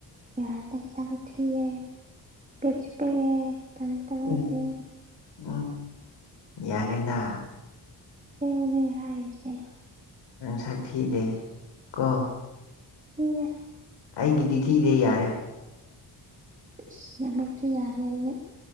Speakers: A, on the right; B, on the left.
A: ꯌꯥꯗ ꯆꯥꯛꯁꯨ ꯊꯤꯌ‌ꯦ ꯄꯦꯛꯁꯨ ꯄꯦꯛꯉꯦ ꯇ ꯇꯕꯗꯤ
B: ꯎꯝ ꯎꯝ ꯌꯥꯔꯦꯗ
A: ꯑꯁ‌ꯦꯡꯕꯅ‌ꯦ ꯍꯥꯏꯁ‌ꯦ
B: ꯁꯛ ꯊꯤꯗꯦ ꯀꯣ
A: <unintelligible>
B: ꯑꯩꯒꯤꯗꯤ ꯊꯤꯗꯦ ꯌꯥꯔꯦ
A: ꯏꯁ ꯅꯃꯤꯛꯇꯨ ꯌꯥꯅ ꯅꯤꯅ